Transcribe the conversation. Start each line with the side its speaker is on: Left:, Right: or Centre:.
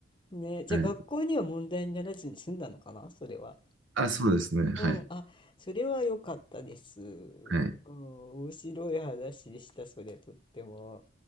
Left: ね、じゃあ学校には問題にならずに済んだのかな、
Right: た。はい。
Left: それは。
Right: あ、そうですね。はい。
Left: うん、あ、それは良かったです。うん、
Right: はい。
Left: 面白い話でした、それとっても。